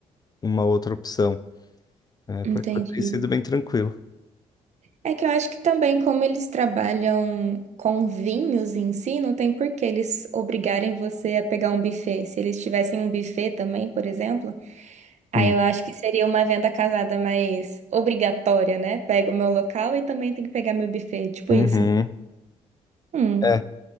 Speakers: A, on the left (about 30°); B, on the right (about 60°).
A: uma outra opção. É,
B: Entendi.
A: por enquanto tem sido bem tranquilo.
B: É que eu acho que também, como eles trabalham com vinhos em si, não tem por que eles obrigarem você a pegar um buffet. Se eles tivessem um buffet também, por exemplo, aí
A: Sim.
B: eu acho que seria uma venda casada mais obrigatória, né? Pego o meu local e também tem que pegar meu buffet, tipo
A: Uhum.
B: isso. Hum.
A: É,